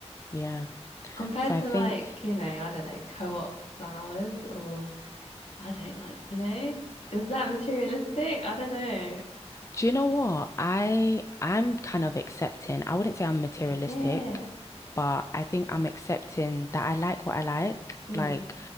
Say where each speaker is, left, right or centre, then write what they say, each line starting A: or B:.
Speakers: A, on the left; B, on the left.
A: Yeah.
B: compared
A: So I
B: to
A: think
B: like, you know, I don't know, co-op flowers or I don't like, you know, is that materialistic? I don't know.
A: Do you know what? I I'm kind of accepting. I wouldn't say I'm materialistic,
B: Is it?
A: but I think I'm accepting that I like what I like,
B: Mm.
A: like,